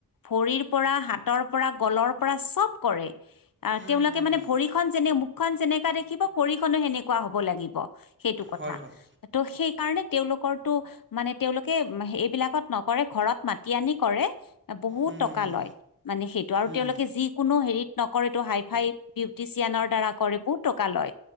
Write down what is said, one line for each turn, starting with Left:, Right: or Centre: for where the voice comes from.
Left: ভৰিৰ পৰা হাতৰ পৰা গলৰ পৰা চব কৰে। আৰু
Right: উম
Left: তেওঁলোকে
Right: উম
Left: মানে
Right: উম
Left: ভৰিখন যেনে মুখখন যেনেকা দেখিব ভৰি। খনো সেনেকুৱা হ'ব লাগিব সেইটো কথা
Right: হয় হয়
Left: ত সেই। কাৰণে তেওঁলোকৰো মানে তেওঁলোকে এইবিলাকত নকৰে ঘৰত মাতি আনি কৰে। বহুত
Right: উম
Left: টকা
Right: হুম হুম
Left: লয় মানে সেইটো আৰু
Right: উম
Left: তেওঁলোকে যিকোনো হেৰিত। নকৰে তটো হাই ফাই বিউটিচিয়ানৰ দ্বাৰা কৰে বহুত টকা লয়।